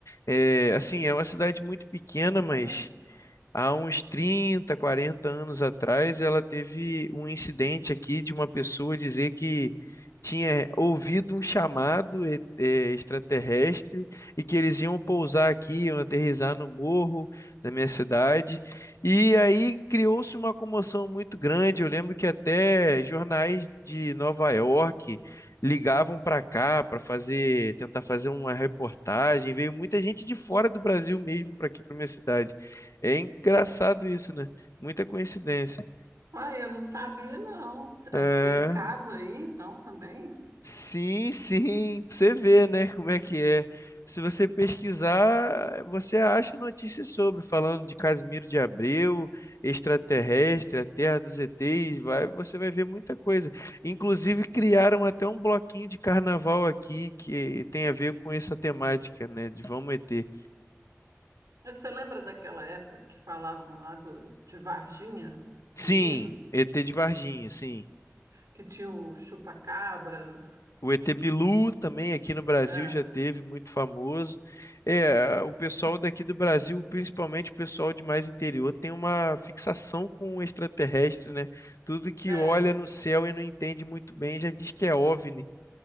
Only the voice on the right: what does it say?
Tá
fazendo?
Uai, eu não sabia, não. Eh,
Teve caso aí, então, também?
Mas Você lembra daquela época que falavam lá do, de Varginha,
em Minas,
que tinha o chupa-cabra?
É,
é,